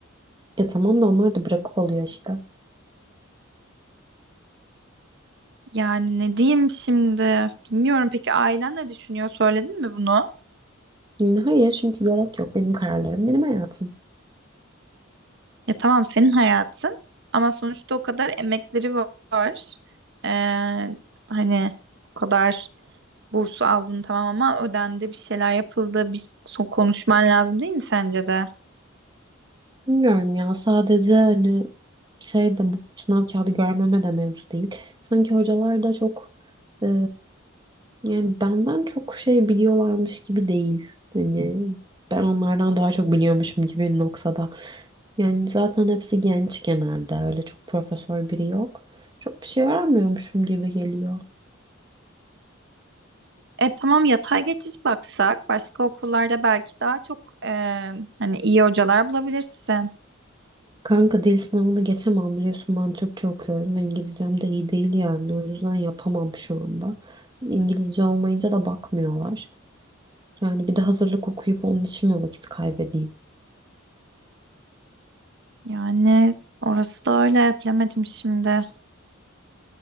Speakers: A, on the right (about 20°); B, on the right (about 55°).
A: Ya tamam da onlar da bırakıp oluyor işte.
B: Yani ne diyeyim şimdi? Bilmiyorum peki ailen ne düşünüyor? Söyledin mi bunu?
A: Yani hayır çünkü gerek yok. Benim kararlarım, benim hayatım.
B: Ya tamam senin hayatın ama sonuçta o kadar emekleri va- var. Ee, hani o kadar bursu aldın tamam ama ödendi bir şeyler yapıldı. Bir son konuşman lazım değil mi sence de?
A: Bilmiyorum ya sadece hani şey de bu sınav kağıdı görmeme de mevzu değil. Sanki hocalar da çok e, yani benden çok şey biliyorlarmış gibi değil. Hani ben onlardan daha çok biliyormuşum gibi bir noktada. Yani zaten hepsi genç genelde öyle çok profesör biri yok. Çok bir şey öğrenmiyormuşum gibi geliyor.
B: E tamam yatay geçiş baksak başka okullarda belki daha çok e, hani iyi hocalar bulabilirsin.
A: Kanka dil sınavını geçemem biliyorsun ben Türkçe okuyorum ve İngilizcem de iyi değil yani o yüzden yapamam şu anda. İngilizce olmayınca da bakmıyorlar. Yani bir de hazırlık okuyup onun için mi vakit kaybedeyim?
B: Yani orası da öyle bilemedim şimdi.